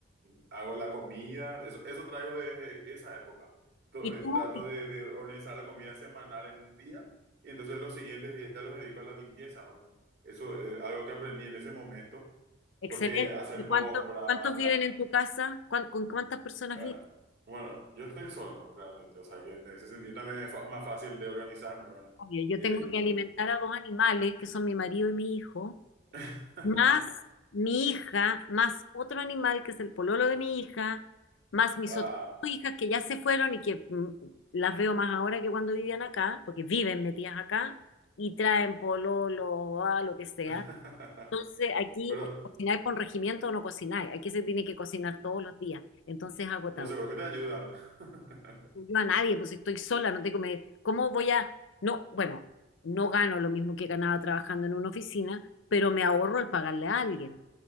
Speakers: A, on the right; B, on the left.
A: y hago la comida. Eso, eso traigo desde esa época. To-
B: Y
A: eh,
B: tú,
A: Trato de, de organizar la comida semanal en un día y entonces los siguientes días los dedico a la limpieza, ¿verdad? Eso es algo que aprendí en ese momento,
B: excelente.
A: porque hacer
B: ¿Y ¿Cuánto,
A: compras,
B: cuántos viven en tu casa? ¿Cuán- ¿Con cuántas personas
A: bueno,
B: viven?
A: bueno, yo estoy solo realmente, o sea que en ese sentido también es fa- más fácil de organizarme, ¿verdad?
B: Oye, Yo
A: Eh,
B: tengo que
A: no.
B: alimentar a dos animales, que son mi marido y mi hijo,
A: <laughs>
B: más mi hija, más otro animal que es el pololo de mi hija, más mis
A: Ah.
B: otras dos hijas que ya se fueron y que mm, las veo más ahora que cuando vivían acá, porque viven metidas acá y traen pololo, a lo que sea.
A: <laughs>
B: Entonces aquí
A: Pero,
B: o cocinar con regimiento o no cocinar, aquí se tiene que cocinar todos los días, entonces es agotador
A: pero seguro que te ayudan. <laughs>
B: yo a nadie, pues estoy sola, no tengo, me, ¿cómo voy a, no, bueno, no gano lo mismo que ganaba trabajando en una oficina, pero me ahorro el pagarle a alguien.